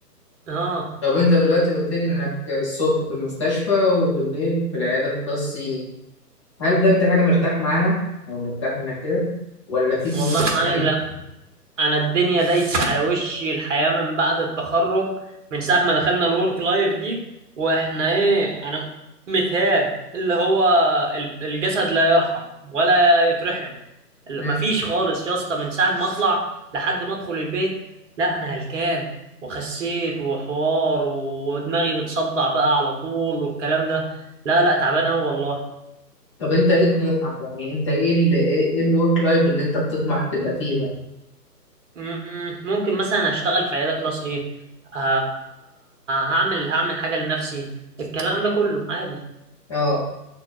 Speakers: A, on the right; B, on the left.
A: اه
B: طب انت دلوقتي قلت لي انك الصبح في المستشفى وبالليل في العياده الخاصة هل ده انت حاجه مرتاح معاها او مرتاح انك كده ولا في طموح
A: والله يا
B: يعني
A: معلم لا انا الدنيا دايسه على وشي الحياه من بعد التخرج من ساعه ما دخلنا الورك لايف دي واحنا ايه انا متهان اللي هو ال- الجسد لا يرحم ولا يترحم ال-
B: مم.
A: مفيش خالص يا اسطى من ساعه ما اطلع لحد ما ادخل البيت لا انا هلكان وخسيت وحوار ودماغي بتصدع بقى على طول والكلام ده لا لا تعبان قوي والله
B: طب انت ايه طموحك يعني انت ايه اللي ايه الورك لايف اللي انت بتطمح تبقى فيها
A: مم، ممكن مثلا هشتغل في عيادة كلاس ايه ه- هعمل هعمل حاجة لنفسي الكلام ده كله عادي
B: اه